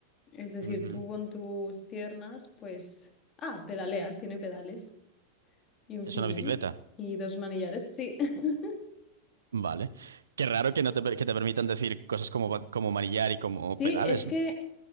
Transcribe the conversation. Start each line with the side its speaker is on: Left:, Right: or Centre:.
Left: Es decir,
Right: Ujú.
Left: tú con tus piernas, pues... Ah, pedaleas, tiene pedales. Y un
Right: Es
Left: sillín.
Right: una bicicleta.
Left: Y dos manillares. Sí. <laughs>
Right: Vale. Qué raro que no te, per- que te permitan decir cosas como, ba- como manillar y como
Left: Sí,
Right: pedales,
Left: es
Right: ¿no?
Left: que